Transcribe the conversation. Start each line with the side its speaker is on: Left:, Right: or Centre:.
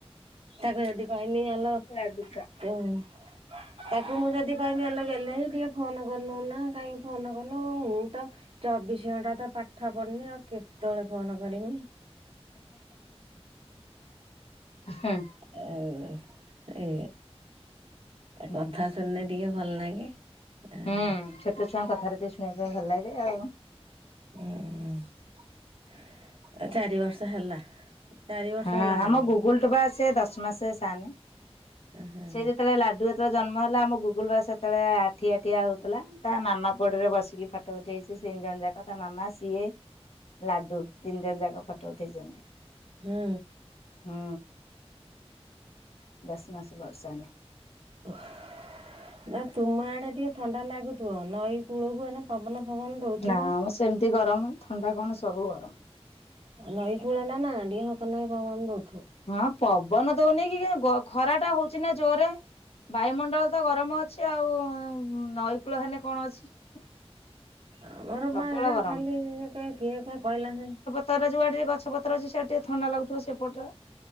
Right: ତାକୁ ଯଦି କହମି ଆଲ
Left: ଲାଡୁ ଟା
Right: ତାକୁ ମୁଁ ଯଦି କହିବି ହେଲେ ଗଲେ ଟିକେ ଫୋନ କରିନୁ ନା କାହିଁକି ଫୋନ କରିନୁ ମୁଁ ତ ଚବିଶ ଘଣ୍ଟା ତ ପାଠ ପଢୁନି ଆଉ କେ ତେଳେ ଫୋନ କରିମି।
Left: ହଁ।
Right: ହ ଏ। କଥା
Left: ହୁଁ
Right: ଶୁଣିଲେ ଟିକେ ଭଲ ଲାଗେ। ଆଉ
Left: ହୁଁ ଛୋଟ ଛୁଆଙ୍କ କଥାରେ ଟିକେ ଶୁଣିବା ପାଇଁ ଭଲ ଲାଗେ ଆଉ।
Right: ହୁଁ ଚାରି ବର୍ଷ ହେଲା। ଚାରି ବର୍ଷ
Left: ହଁ
Right: ହେଲା ନା
Left: ଆମ
Right: କଣ
Left: ଗୁଗୁଲ ଟୋବା ସେ ଦଶ ମାସ ସାନେ
Right: ହୁଁ।
Left: ସେ ଯେତେବେଳେ ଲାଡୁ ଜନ୍ମ ହେଲା ଆମ ଗୁଗୁଲ ବା ସେତେବେଳେ ଆଠିଆଠିଆ ହଉଥିଲା ତା ନାମା କୋଡ ରେ ବସିକି ଫଟ ଫଟୋ ଉଠେଇଛି ତିନି ଜଣ ଯାକ ତା ମାମା ସିଏ ଲାଡୁ ତିନି ଜଣ ଯାକ ଫଟୋ ଉଠେଇଛନ୍ତି।
Right: ହଁ।
Left: ହୁଁ ଦଶ ମାସ ବର୍ଷା ନ
Right: ଓୁହ <inaudible> ନା ତୁମ ଆଡେ ଟିକେ ଥଣ୍ଡା ଲାଗୁଥିବ ନଈ କୂଳକୁ ପବନ ଫବନ ଦଉଥିବ।
Left: ନା ଆମର ସେମିତି ଗରମ ଥଣ୍ଡା କଣ। ସବୁ ଗରମ।
Right: ନଈ କୂଳା ଟା ନା ଟିକେ ହକ ନାହିଁ ପବନ ବ
Left: ହଁ ପବନ ଦଉନି କି ଖରା ଟା ହଉଛିି ନା ଜୋରେ ବାୟୁମଣ୍ଡଳ ତ ଗରମ ଅ ଅଛି ଆଉ ନଈକୂଳ ହେଲେ କଣ ଅଛି।
Right: ଆମର
Left: ପ୍ରବଳ
Right: ମା ଏଡେ
Left: ଗରମ
Right: ଖାଲି କିଏ କ କହିଲା ନା।
Left: ତର ଯୋଉଆଡରେ ଗଛ ପତ ଅଛି ସୋ ଟିକେ ଥଣ୍ଡା ଲାଗୁଥ ସେପଟରେ